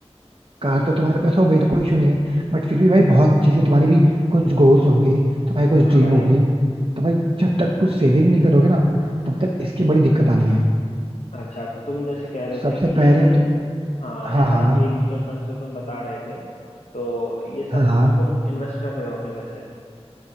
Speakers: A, on the right; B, on the left.
A: कार तो तुम्हारे पास हो गई तो कोई इशू नहीं है बट फिर भी भाई बहुत चीजें तुम्हारी भी कुछ गोल्स होंगे तुम्हारी कुछ
B: हाँ
A: ड्रीम
B: भाई
A: होगी तो भाई जब तक कुछ सेविंग नहीं करोगे ना तब तक इसकी बड़ी दिक्कत आनी है
B: अच्छा तो तुम जैसे कह रहे
A: सबसे
B: थे कि
A: पहले
B: ये
A: तो
B: हाँ
A: हाँ
B: S
A: हाँ
B: I P mutual fund जो तुम बता रहे थे तो ये सब
A: हाँ हाँ
B: में तुम इन्वेस्ट कर रहे हो अपने पैसे